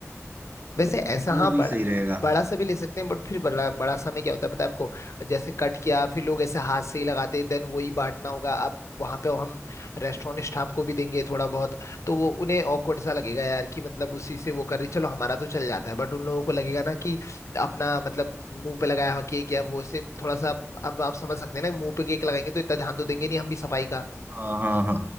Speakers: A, on the left; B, on the right.
A: वैसे ऐसा
B: वो
A: हाँ
B: भी
A: बड़ा
B: सही रहेगा
A: बड़ा सा भी ले सकते हैं बट फिर बड़ा बड़ा सा में क्या होता है पता है आपको जैसे कट किया फिर लोग ऐसे हाथ से ही लगाते हैं देन वही बांटना होगा अब वहां पे हम रेस्टोरेंट स्टाफ को भी देंगे थोड़ा बहुत तो वो उन्हें ऑकवर्ड सा लगेगा यार कि मतलब उसी से वो कर रही चलो हमारा तो चल जाता है बट उन लोगों को लगेगा ना कि अपना मतलब मुंह पे लगाया हुआ केक या वो से थोड़ा सा अब आप समझ सकते हैं ना मुंह पे केक लगाएंगे तो इतना ध्यान तो देंगे नहीं हम भी सफाई का
B: हाँ हाँ हाँ